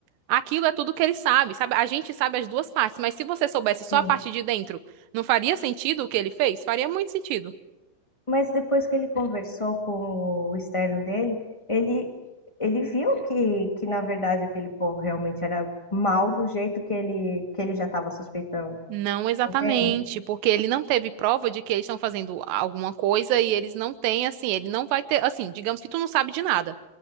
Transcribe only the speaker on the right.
aquilo é tudo que ele sabe, sabe? A gente sabe as duas partes, mas se você soubesse só
a parte de dentro, não faria sentido o que ele fez? Faria muito sentido.
Não exatamente,
porque ele não teve prova de que eles estão fazendo alguma coisa e eles não têm, assim, ele não vai ter, assim, digamos que tu não sabe de nada.